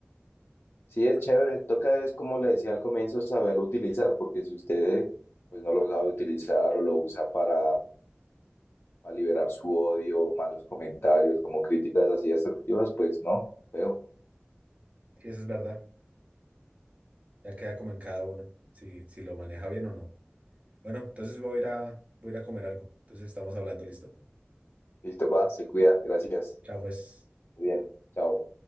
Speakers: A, on the left; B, on the right.
A: Sí, es chévere. Toca es, como le decía al comienzo, saberlo utilizar, porque si usted pues no lo sabe utilizar o lo usa para, para liberar su odio, malos comentarios, como críticas así destructivas, pues no, feo.
B: Sí, eso es verdad. Ya queda como en cada uno, si, si lo maneja bien o no. Bueno, entonces voy a ir a, voy a ir a comer algo. Entonces estamos hablando, ¿listo?
A: Listo, va, se cuida. Gracias.
B: Chao, pues.
A: Muy bien. Chao.